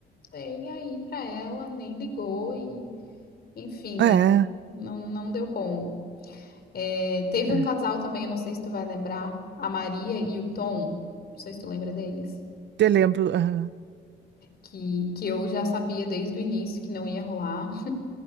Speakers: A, on the left; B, on the right.
A: nem aí pra ela, nem ligou e enfim, né?
B: é,
A: Não, não deu bom. É, teve
B: é.
A: um casal também, eu não sei se tu vai lembrar, a Maria e o Tom, não sei se tu lembra deles.
B: Te lembro. aham,
A: Que, que eu já sabia desde o início que não ia rolar.